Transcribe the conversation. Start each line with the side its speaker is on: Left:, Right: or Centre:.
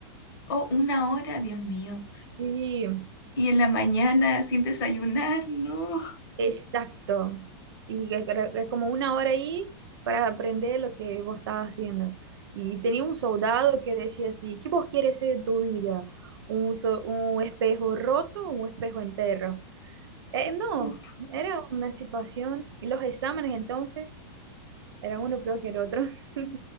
Left: oh, una hora, Dios mío.
Right: Sí,
Left: Y en la mañana sin desayunar, no.
Right: Exacto. Y que creo que es como una hora ahí para aprender lo que vos estabas haciendo. Y tenía un soldado que decía así, ¿qué vos quieres ser de tu vida? ¿Un, so- un espejo roto o un espejo entero? Eh, no,
Left: Uf.
Right: era una situación. Y los exámenes entonces eran uno peor que el otro. <laughs>